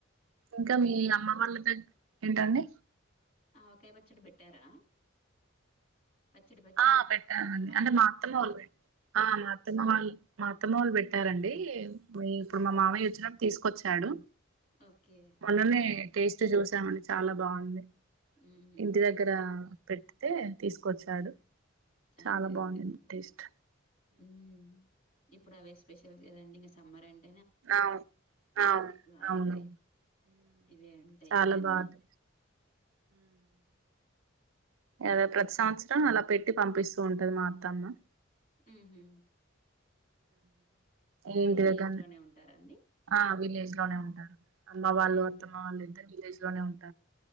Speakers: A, on the right; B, on the left.
A: ఇంకా మీ అమ్మ వాళ్ళ ఏంటండి
B: ఆవకాయ పచ్చడి పెట్టారా పచ్చడి పచ్చడి
A: ఆ పెట్టానండి
B: మ్యాంగో
A: అంటే మా అత్తమ్మవాలు ఆ మాతమ్మల్ అత్తమ్మవాళ్ళు పెట్టారండి ఇప్పుడు మా మామయ్య వచ్చినప్పుడు తీసుకొచ్చాడు
B: ఓకే
A: మొన్ననే టేస్ట్ చూసామండి చాలా బాగుంది
B: ఉహు
A: ఇంటి దగ్గర పెట్తే తీసుకొచ్చాడు చాలా
B: అదే
A: బాగుందింది
B: అదే
A: అండి టేస్ట్
B: ఉమ్ ఇప్పుడు అవే స్పెషల్ చేయండి ఇంకా సమ్మర్ అండి
A: ఆవు అవు
B: ఆవకాయ్
A: అవును
B: ఇవే ఉంటాయి
A: చాలా
B: ఇగ అన్నీ
A: బాగు ఏదా ప్రతి సంవత్సరం అలా పెట్టి పంపిస్తూ ఉంటది మాత్తమ్మ
B: ఆహా
A: ఏంటి
B: వాళ్ళు విలేజ్
A: దగగ
B: లోనే ఉంటారా అండి
A: ఆ విలేజ్ లోనే ఉంటారు అమ్మ వాళ్ళు
B: ఉహు
A: అత్తమ్మ వాళ్ళు ఎంత నీర లోనే ఉంట